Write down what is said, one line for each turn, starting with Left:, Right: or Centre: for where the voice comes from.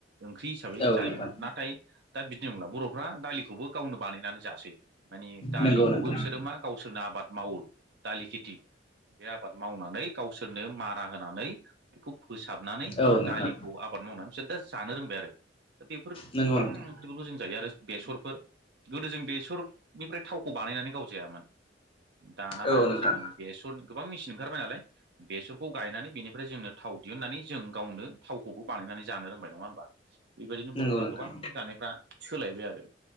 Right: ओंख्रि हिसाबै
Left: औ
Right: जायोमोन
Left: नोंथां
Right: नाथाय दा बिदि नंला बर'फ्रा दालिखौबो गावनो बानायनानै जायो। माने दालिखौबो
Left: नंगौ नोंथां
Right: बिसोरो मा गावसोरनो आबाद मावो दालि खेथि बे आबाद मावनानै गावसोरनो मारा होनानै बेखौ फोसाबनानै
Left: औ नोंथां
Right: दालिखौ आबाद मावनानै बिसोर दा जानो रोंबाय आरो दा बेफोर
Left: नंगौ
Right: गोबां
Left: नोंथां
Right: ओंख्रिफोरखौ जों जायो आरो बेसरफोर गोदो जों बेसरनिफ्राय थावखौ बानायनानै गावजायामोन दा नामा
Left: औ नोंथां
Right: जोङो बेसर गोबां मेसिन ओंखारबाय नालाय। बेसरखौ गायनानै बेनिफ्राय जोंनो थाव दिहुननानै जों गावनो थावखौबो बानायनानै जानो रोंबाय नङा होमबा। बेबायदिनो
Left: नंगौ
Right: बर'फ्रा
Left: नोंथां
Right: गोबां जानायफ्रा सोलायबाय आरो